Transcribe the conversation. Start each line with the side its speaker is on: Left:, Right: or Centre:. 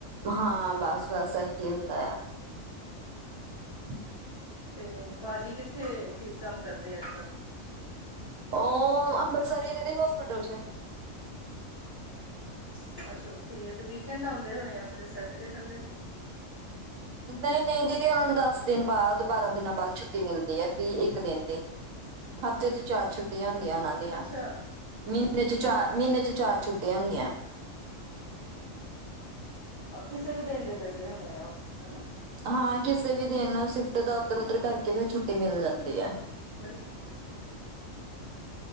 Right: ਹਾਂ ਬਸ-ਬਸ ਇਹੀ ਹੁੰਦਾ ਐ। <inaudible>
Left: ਤੇ ਭਾਜੀ ਕਿੱਥੇ ਕੀ ਕੰਮ ਕਰਦੇ ਅੱਜ-ਕੱਲ।
Right: ਉਹ ਅੰਬਰਸਰ ਦੇ ਹੌਸਪਿਟਲ ਵਿੱਚ ਹੈ।
Left: <unintelligible> ਅੱਛਾ ਉਥੈ ਹੀ ਐ ਤੇ ਵੀਕਐਂਡ ਆਉਂਦੇ ਹੋਣੇ ਆ ਫਿਰ ਸੈਟਰਡੇ ਸੰਡੇ।
Right: ਨਹੀਂ -ਨਹੀਂ ਦੀਦੀ ਉਹਨਾਂ ਨੂੰ ਦਸ ਦਿਨ ਬਾਅਦ ਬਾਰਾਂ ਦਿਨਾਂ ਬਾਅਦ ਛੁੱਟੀ ਮਿਲਦੀ ਐ ਵੀ ਇੱਕ ਦਿਨ ਦੀ। ਹਫ਼ਤੇ ਚ ਚਾਰ ਛੁੱਟੀਆਂ ਹੁੰਦੀਆਂ ਉਨ੍ਹਾਂ ਦੀਆਂ।
Left: ਅੱਛਾ।
Right: ਮਹੀਨੇ ਚ ਚਾਰ, ਮਹੀਨੇ ਚ ਚਾਰ ਛੁੱਟੀਆਂ ਹੁੰਦੀਐ।
Left: ਕਿਸੇ ਵੀ ਦਿਨ ਦੇ ਦਿੰਦੇ ਹੋਣੇ ਆ ਉਹ ਹਨਾ।
Right: ਹਾਂ, ਕਿਸੇ ਵੀ ਦਿਨ ਸਿਫਟ ਤਾਂ ਉੱਧਰ- ਉਧਰ ਕਰਕੇ ਫਿਰ ਛੁੱਟੀ ਮਿਲ ਜਾਂਦੀ ਐ।
Left: ਮਤਲ ਕੀ <unintelligible>